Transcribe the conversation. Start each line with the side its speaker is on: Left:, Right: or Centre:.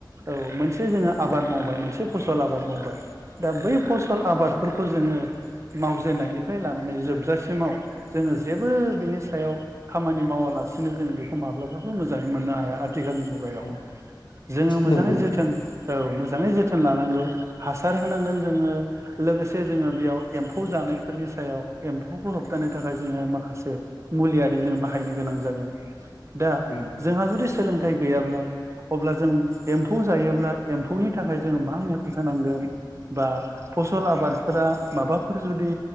Right: औ मोन से जोङो आबाद मावबाय मोनसे फसल आबाद मावबाय दा बै फसल आबाद फोरखौ जोङो मावजेननायनिफ्राय लानानै जोबजासिमाव जोङो जेबो बिनि सायाव खामानि मावालासिनो जोङो बेखौ माब्लाबाबो मोजाङै मोननो हाया आरो आथिखालनि मुगायाव
Left: हाया
Right: जोङो मोजाङै
Left: नंगौ
Right: जोथोन औ मोजाङै जोथोन लानांगौ हासार होनांगोन जोङो। लोगोसे जोङो बेयाव एम्फौ जानायफोरनि सायाव एम्फौखौ होबथानो थाखाय जोङो माखासे मुलियारि जों बाहायनो गोनां जागोन। दा
Left: उम
Right: जोंहा जुदि सोलोंथाइ गैयाब्ला अब्ला जों एम्फौ जायोब्ला एम्फौनि थाखाय जोङो मा मुलि होनांगोन बा फसल आबादफोरा माबाफोर जुदि